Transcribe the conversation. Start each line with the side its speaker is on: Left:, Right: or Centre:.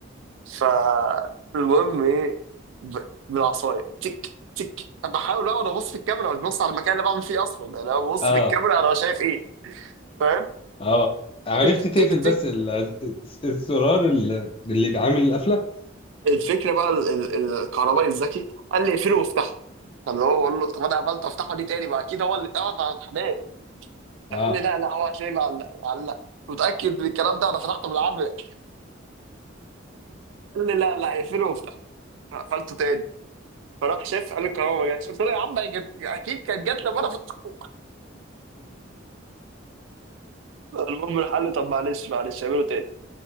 Right: فالمهم ايه ب- بالعصايه تك تك بحاول اقعد ابص في الكاميرا مش ببص على المكان اللي بعمل فيه اصلا يعني انا ببص
Left: اه
Right: في الكاميرا انا شايف ايه فاهم
Left: اه عرفت
Right: تك
Left: تقفل
Right: تك تك
Left: بس ال- الزرار اللي اللي بيعمل القفله
Right: الفكره بقى ال- ال- الكهربائي الذكي قال لي اقفله وافتحه فاللي هو بقول له طب انا قفلت وافتحه دي تاني ما اكيد هو اللي اتقفل فهتحناه
Left: اه
Right: قال لي لا لا هو هتلاقيه معلق معلق متأكد من الكلام ده انا فتحته بالعافية قال لي لا لا اقفله وافتحه قفلته تاني فراح شاف قال لي الكهرباء ما جاتش قلت له يا عم هي جت اكيد كانت جات لما انا فتحته المهم راح قال لي طب معلش معلش اعمله تاني